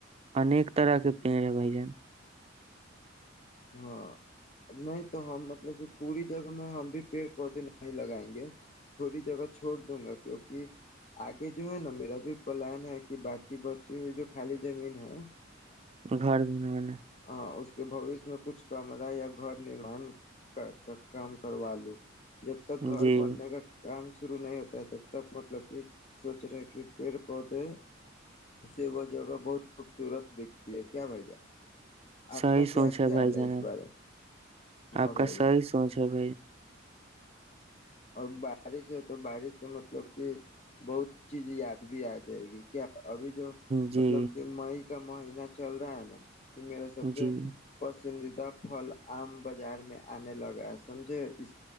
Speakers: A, on the right; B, on the left.
A: انیک طرح کے پیڑ ہے بھائی جن
B: ہاں نہیں تو ہم مطلب کہ پوری جگہ میں ہم بھی پیڑ پودے نہیں لگائیں گے تھوڑی جگہ چھوڑ دوں گا کیوںکہ آگے جو ہے نا میرا بھی پلان ہے کہ باقی بچی ہوئی جو خالی زمین ہے
A: گھر بنوانا
B: ہ اس کے بوشیہ میں کچھ کمرہ یا گھر نروان کر کام کروا لوں جب تک گھر
A: جی
B: بننے کا کام شرو نہیں ہوتا ہے تب تک مطلب کہ سوچ رہے کہ پیڑ پودے سے وہ جگہ بہت خوبصورت دکھتی ہے کیا بھائی جان آپ
A: صحیح
B: کا
A: سوچ
B: کیا خیال
A: بھائی جان
B: ہے اس
A: آپ
B: بارے میں ہاں
A: آپ
B: بھائی
A: کا سحی
B: جان
A: سوچ ہے ب
B: اور بارش ہے تو بارش سے مطلب کہ بہت چیز یاد بھی آ جائے گی کیا ابھی جو
A: جی
B: مطلب کہ مائک کا مہینہ چل رہا ہے نا یہ میرا سب سے
A: جی
B: پس پسندیدہ فھل آم بازار میں آنے لگا سمجھے اس